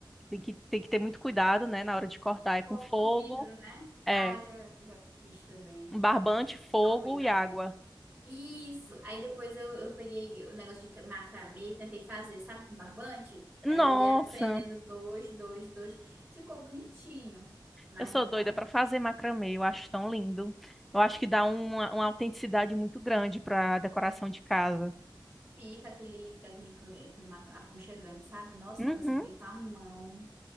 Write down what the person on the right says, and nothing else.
Porta
o vidro, né?
Ah, já, já fiz também.
Então, cuida,
Isso. Aí depois eu, eu peguei o negócio de macramê, tentei fazer, sabe, com barbante? Aí
eu ia aprendendo dois, dois, dois. Ficou bonitinho, mas
deu trabalho.
Fica aquele, fica aquele cli- clima aconchegante, sabe? Nossa,
o negócio é feito à mão.